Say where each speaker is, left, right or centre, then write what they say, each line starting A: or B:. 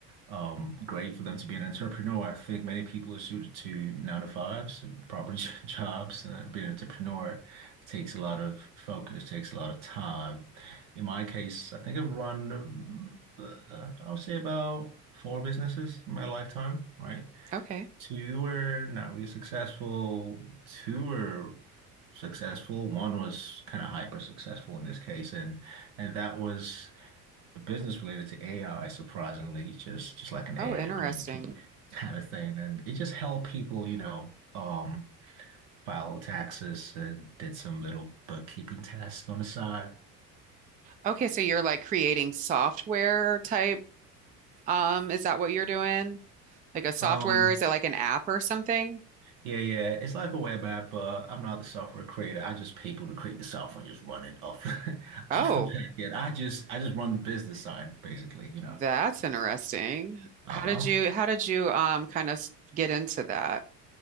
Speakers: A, on the right (about 60°); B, on the right (about 20°).
A: um, great for them to be an entrepreneur. I think many people are suited to nine to fives, proper <laughs> jobs, and uh, being an entrepreneur takes a lot of focus, takes a lot of time. In my case, I think I've run, um, uh, I'll say about four businesses in my lifetime, right?
B: Okay.
A: Two were not really successful. Two were successful. One was kind of hyper successful in this case, and and that was a business related to AI, surprisingly, just just like an
B: Oh,
A: AI
B: interesting.
A: blanket kind of thing. And it just helped people, you know, um, file taxes and did some little bookkeeping tasks on the side.
B: Okay, so you're like creating software type, um, is that what you're doing? Like a software,
A: Um,
B: is it like an app or something?
A: Yeah, yeah. It's like a web app, but I'm not the software creator. I just pay people to create the software and just run it off <laughs>
B: Oh,
A: off the back end. I just I just run the business side, basically, you know.
B: that's interesting.
A: Uh-huh.
B: How did you how did you um kind of get into that?